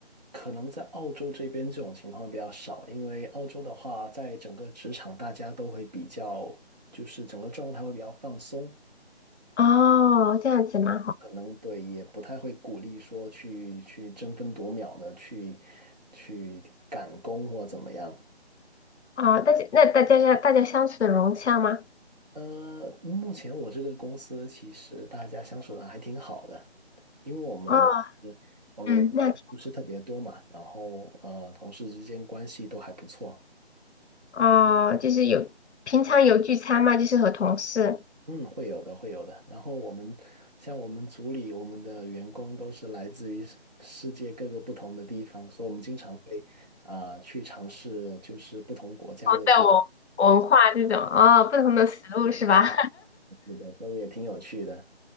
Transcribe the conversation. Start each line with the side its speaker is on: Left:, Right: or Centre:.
Right: 可能在澳洲这边这种情况比较少，因为澳洲的话，在整个职场大家都会比较，就是整个状态会比较放松，
Left: 哦，这样子蛮好
Right: 可能对，也不太会鼓励说去去争分夺秒的去去赶工或怎么样。
Left: 啊、哦大家那大家大家相处的融洽吗？
Right: 呃，目前我这个公司其实大家相处的还挺好的，因为我们
Left: 哦，
Right: 我们人不是特别多嘛，
Left: 嗯，那。
Right: 然后呃，同事之间关系都还不错。
Left: 哦，就是有平常有聚餐吗？就是和同事。
Right: 嗯，会有的，会有的。然后我们像我们组里，我们的员工都是来自于世世界各个不同的地方，所以我们经常会啊、呃去尝试就是不同国家的一
Left: 同的文文化这种哦，不同的食物是吧？
Right: 对，
Left: <laughs>
Right: 是的，所以也挺有趣的。